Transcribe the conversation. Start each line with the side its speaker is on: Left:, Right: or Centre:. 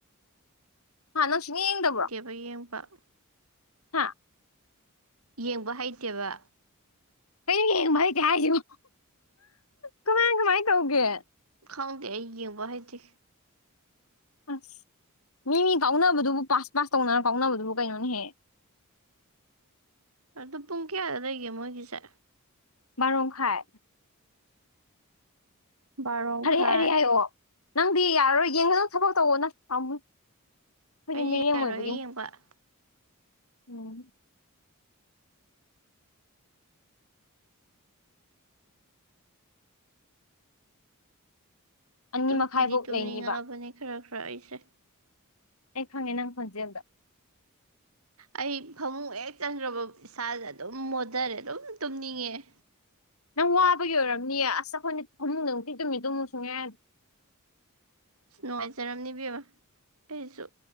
Left: ꯍꯥ ꯅꯪ ꯁꯨꯡꯌꯦꯡ ꯌꯦꯡꯗꯕ꯭ꯔꯣ
Right: ꯍꯣꯏꯌꯦꯡꯄ
Left: ꯍꯥꯥ
Right: ꯌꯦꯡꯕ ꯍꯩꯇꯦꯕ
Left: ꯀꯩꯅꯣ ꯌꯦꯡꯕ ꯍꯥꯏꯇꯦ ꯍꯥꯏꯁꯤꯕꯣ ꯀꯃꯥꯏ ꯀꯃꯥꯏ ꯇꯧꯒꯦ
Right: ꯈꯪꯗꯦ ꯑꯩ ꯌꯦꯡꯕ ꯍꯩꯇꯦ
Left: ꯑꯁ ꯃꯤ ꯃꯤ ꯀꯥꯎꯅꯕꯗꯨꯕꯨ ꯄꯥꯁ ꯄꯥꯁ ꯇꯧꯅꯔ ꯀꯥꯎꯅꯕꯗꯨꯕꯨ ꯀꯩꯅꯣꯅꯦ ꯍꯦ
Right: ꯑꯗꯣ ꯄꯨꯡ ꯀꯌꯥꯗ ꯂꯩꯒꯦ ꯃꯣꯏꯒꯤꯁꯦ
Left: ꯕꯥꯔꯣꯝꯈꯥꯏ
Right: ꯕꯥꯔꯣ
Left: ꯍꯥꯔꯦ
Right: ꯃꯈꯥꯏ
Left: ꯍꯥꯔꯦ ꯍꯥꯏꯑꯣ ꯅꯪꯗꯤ ꯌꯥꯔꯔꯣꯏ ꯌꯦꯡꯒꯅꯨ ꯊꯕꯛ ꯇꯧꯋꯣ ꯅ ꯄꯥꯝꯃꯨꯏ ꯑꯩꯈꯣꯏꯗꯤ
Right: ꯑꯩꯗꯤ
Left: ꯃꯤꯔꯦꯝ
Right: ꯌꯥꯔꯣꯏꯍꯦ
Left: ꯑꯣꯏꯕꯒꯤ
Right: ꯌꯦꯡꯕ
Left: ꯎꯝ ꯑꯅꯤ
Right: ꯇꯨꯝꯗꯤ
Left: ꯃꯈꯥꯏꯐꯧ
Right: ꯇꯨꯝꯅꯤꯡꯉꯛꯑꯕꯅꯦ
Left: ꯂꯩꯅꯤꯕ
Right: ꯈꯔ ꯈꯔ ꯑꯩꯁꯦ
Left: ꯑꯩ ꯈꯪꯉꯦ ꯅꯪ ꯈꯣꯟꯖꯦꯜꯗꯣ
Right: ꯑꯩ ꯐꯃꯨꯡ ꯍꯦꯛ ꯆꯪꯒ꯭ꯔꯕ ꯏꯁꯥꯥꯁꯦ ꯑꯗꯨꯝ ꯃꯣꯗꯔꯦ ꯑꯗꯨꯝ ꯇꯨꯝꯅꯤꯡꯉꯛꯑꯦ
Left: ꯅꯪ ꯋꯥꯕꯒꯤ ꯑꯣꯏꯔꯝꯅꯤꯌꯦ ꯑꯁ ꯑꯩꯈꯣꯏꯅ ꯐꯃꯨꯡꯗ ꯅꯨꯡꯇꯤ ꯇꯨꯃꯤ ꯇꯨꯝꯃꯨ ꯁꯨꯡꯌꯥ ꯌꯥ__
Right: ꯅꯨꯡꯉꯥꯏꯖꯔꯝꯅꯤ ꯏꯕꯦꯝꯃ ꯑꯩꯖꯨ